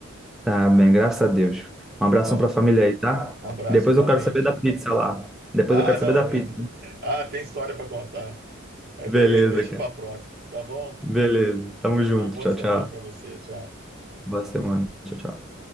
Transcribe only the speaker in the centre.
Tá bem, graças a Deus. Um abração
para a família aí, tá?
Depois
eu quero saber da pizza lá. Depois
eu quero
saber da pizza.
Beleza,
cara.
Beleza. Tamo
junto.
Tchau,
tchau.
Boa semana. Tchau, tchau.